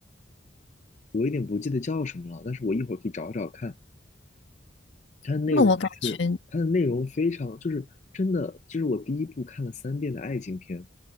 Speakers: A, on the left; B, on the left.
A: 我有点不记得叫什么了，但是我一会儿可以找找看。它的内容还是它的内容非常，
B: 那我感觉
A: 就是真的，这是我第一部看了三遍的爱情片。